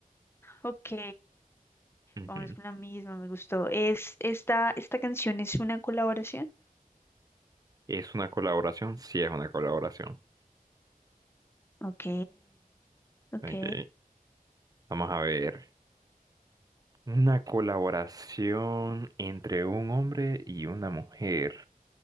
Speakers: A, on the left; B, on the right.
A: ok,
B: Ujú.
A: vámonos con la misma, me gustó. ¿Es esta, esta canción es una colaboración?
B: ¿Es una colaboración? Sí, es una colaboración.
A: Ok, ok.
B: Ok, vamos a ver. Una colaboración entre un hombre y una mujer.